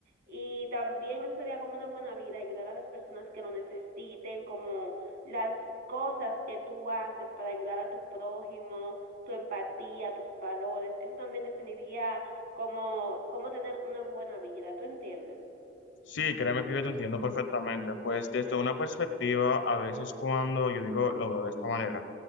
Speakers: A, on the right; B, on the left.
A: y también eso sería como una buena vida, ayudar a las personas que lo necesiten, como las cosas que tú haces para ayudar a tu prójimo, tu empatía, tus valores, eso también definiría como, como tener una buena vida, ¿tú entiendes?
B: Sí, créeme que yo te entiendo perfectamente. Pues desde una perspectiva, a veces cuando yo digo, lo veo de esta manera.